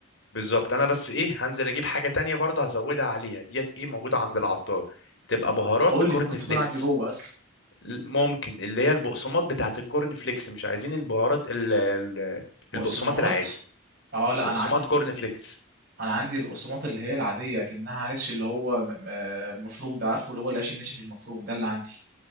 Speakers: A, on the left; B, on the right.
A: بالظبط انا بس ايه هنزل اجيب حاجه تانية برضه هزودها عليها ديت ايه موجوده عند العطار بتبقى بهارات
B: قول
A: كورن
B: لي ممكن تكون
A: فليكس
B: عندي جوه اصلا
A: ممكن اللي هي البقسماط بتاعت الكورن فليكس مش عايزين البهارات ال- ال-
B: بقسماط
A: البقسماط العادي
B: اه لا
A: بقسماط
B: انا عندي
A: كورن فليكس
B: انا عندي البقسماط اللي هي العاديه كأنها عيش اللي هو م- م- مفروم ده عارفه اللي هو العيش الناشف المفروم ده اللي عندي